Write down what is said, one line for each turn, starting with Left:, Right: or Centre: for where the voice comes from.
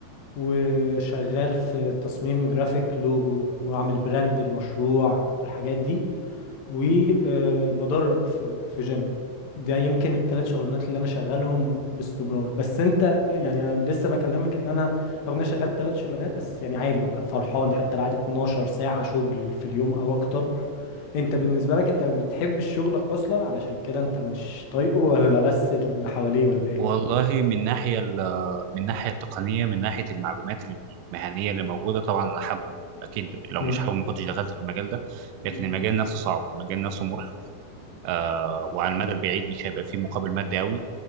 Left: وشغال في تصميم جرافيك لوجو وعامل براند المشروع والحاجات دي وبدرب في في جيم ده يمكن الثلاث شغلانات اللي انا شغالهم باستمرار بس انت يعني انا لسه بكلمك ان انا رغم ان انا شغال ثلاث شغلانات بس يعني عادي ببقى فرحان حتى لو قعدت 12 ساعة شغل في اليوم او اكتر انت بالنسبة لك انت بتحب شغلك اصلا علشان كده انت مش طايقه ولا بس اللي حواليه ولا ايه
Right: والله من ناحية ال- من الناحية التقنية من ناحية المعلومات المهنية اللي موجودة طبعا أنا حابه أكيد لو
Left: امم
Right: مش حابه ما كنتش دخلت في المجال ده لكن
Left: أمم.
Right: المجال نفسه صعب المجال نفسه مرهق آه وعلى المدى البعيد مش هيبقى فيه مقابل مادي أوي